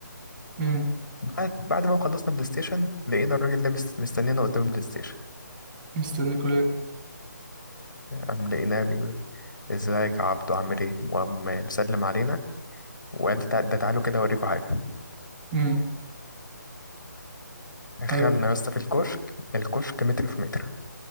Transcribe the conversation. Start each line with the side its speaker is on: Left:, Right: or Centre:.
Right: امم
Left: بعد بعد ما خلصنا بلاي ستيشن لقينا الراجل ده مست- مستنينا قدام البلاي ستيشن
Right: مستنيكوا ليه
Left: قام لقيناه بيقول ازيك يا عبدو عامل ايه وقام مسلم علينا وقال تع- ده تعالوا كده اوريكم حاجه
Right: امم
Left: دخلنا
Right: حلو
Left: يا اسطى في الكشك الكشك متر في متر